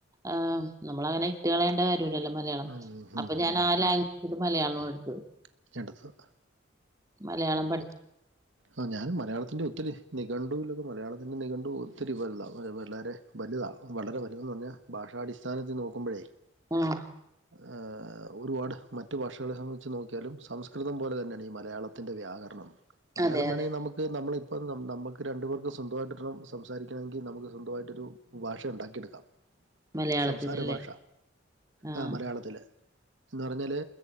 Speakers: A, on the right; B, on the right.
A: ആഹ്‌ നമ്മളങ്ങനെ ഇട്ടുകളയേണ്ട കാര്യല്ലല്ലോ മലയാളം
B: ഉം, ഉം,
A: അപ്പൊ ഞാൻ
B: ഉം.
A: ആ ലാംഗ ഇത് മലയാളാണ് എടുത്തത്.
B: <unintelligible>
A: മലയാളം പഠിക്കാ
B: ആ ഞാനും മലയാളത്തിന്റെ ഒത്തിരി നികണ്ടുലൊക്കെ മലയാളത്തിന്റെ നികണ്ടു ഒത്തിരി വലുതാ വലെ വളരെ വലുതാ വളരെ വലുതന്ന് പറഞ്ഞാ ഭാഷാടിസ്ഥാനത്തിൽ നോക്കുമ്പോഴേ
A: ഉം
B: <inaudible> ഒരുപാട് മറ്റു ഭാഷകളെ വെച്ച് നോക്കിയാലും സംസ്കൃതം പോലെ തന്നെയാണ് ഈ മലയാളത്തിൻ്റെ വ്യാകരണം. മലയാളം
A: അതെ
B: വേണേ
A: അതെ
B: നമു ക്ക് നമ്മളിപ്പം നമുക്ക് രണ്ടുപേർക്കും സ്വന്തമായിട്ടിണം സംസാരിക്കണമെങ്കിൽ നമുക്ക് സ്വന്തമായിട്ടൊരു ഭാഷ ഉണ്ടാക്കിയെടുക്കാം
A: മലയാളത്തിനല്ലേ
B: സംസാര ഭാഷ,
A: ആഹ്
B: ആ മലയാളത്തില് എന്ന് പറഞ്ഞാല്